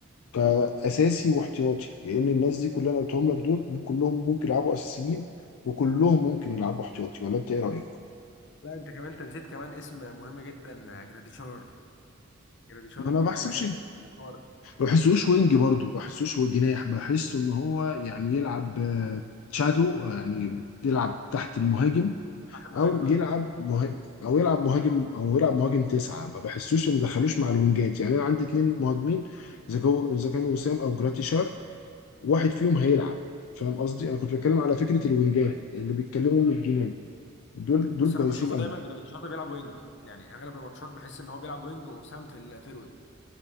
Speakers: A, on the left; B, on the left.
A: كأساسي واحتياطي لأن الناس دي كلها اللي أنا قلتهم لك دول ممكن- كلهم ممكن يلعبوا أساسيين وكلهم ممكن يلعبوا احتياطي ولا أنت إيه رأيك؟
B: لا انت كمان انت نسيت كمان اسم مهم جدا جراديشار جراديشار
A: انا
B: برضو
A: ما بحسبش
B: بحس خارج
A: ما بحسوش وينج برضه ما بحسوش هو جناح بحسه ان هو يعني يلعب آه، شادو آه، يعني يلعب تحت المهاجم
B: احسن مهاجمه
A: او يلعب مهاجم او يلعب مهاجم او يلعب مهاجم تسعه ما بحسوش ما دخلوش مع الوينجات يعني انا عندي اتنين مهاجمين اذا كو- اذا كانوا وسام او جراتيشار واحد فيهم هيلعب فاهم قصدي انا كنت بتكلم على فكره الوينجات اللي بيتكلموا من الجنان دول دول
B: بس انا
A: كويسين
B: بشوفه
A: قوي
B: دايما جراديشار ده بيلعب وينج يعني اغلب الماتشات بحس ان هو بيلعب وينج وسام في الفيرود